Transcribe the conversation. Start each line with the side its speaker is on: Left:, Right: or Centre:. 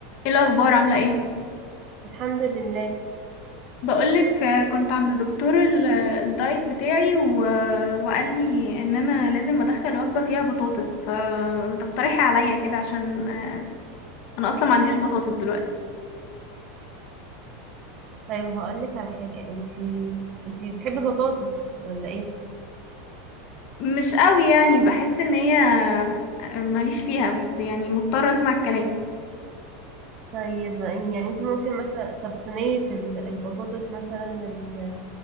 Left: ايه الاخبار عامله ايه
Right: الحمد لله
Left: بقولك آه، كنت عند دكتور ال- الدايت بتاعي و... وقال لي ان انا لازم ادخل وجبه فيها بطاطس فتقترحي عليا كده عشان آه، انا اصلا ما عنديش بطاطس دلوقتي
Right: طيب هقول لك على حاجة انتي انتي بتحبي بطاطس ولا ايه
Left: مش قوي يعني بحس ان هي آه، ماليش فيها بس يعني مضطره اسمع الكلام
Right: طيب يعني انتي ممكن مثلا طب صينية ال- البطاطس مثلا ال-